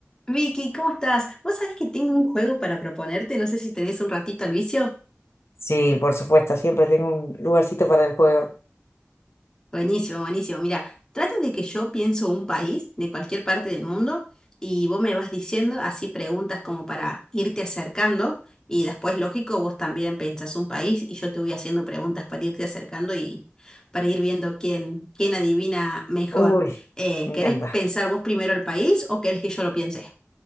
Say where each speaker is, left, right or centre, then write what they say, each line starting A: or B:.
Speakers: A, on the left (about 15°); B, on the left (about 80°).
A: Vicky, ¿cómo estás? Vos sabés que tengo un juego para proponerte, no sé si tenés un ratito al vicio.
B: Sí, por supuesto, siempre tengo un lugarcito para el juego.
A: Buenísimo, buenísimo. Mira, trata de que yo pienso un país de cualquier parte del mundo y vos me vas diciendo así preguntas como para irte acercando y después, lógico, vos también pensás un país y yo te voy haciendo preguntas para irte acercando y para ir viendo quién, quién adivina mejor.
B: Uy,
A: Eh,
B: me
A: ¿querés
B: encanta.
A: pensar vos primero el país o querés que yo lo piense?